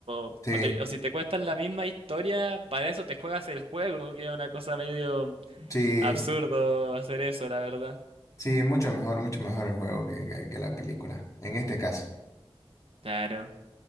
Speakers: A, on the right (about 70°); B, on the left (about 35°).
A: o,
B: Sí,
A: o te- o si te cuentan la misma historia, para eso te juegas el juego, que es una cosa medio
B: sí,
A: absurdo hacer eso, la verdad.
B: sí, mucho mejor, mucho mejor el juego que, que que la película, en este caso.
A: Claro.